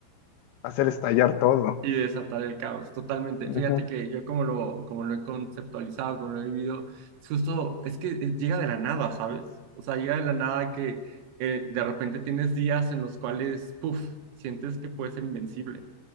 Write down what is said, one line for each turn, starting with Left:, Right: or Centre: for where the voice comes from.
Left: hacer estallar todo.
Right: y desatar el caos, totalmente.
Left: Ujú.
Right: Fíjate que yo como lo, como lo he conceptualizado, como lo he vivido, es justo, es que es- llega de la nada, ¿sabes? O sea, llega de la nada que eh, de repente tienes días en los cuales, puff, sientes que puedes ser invencible.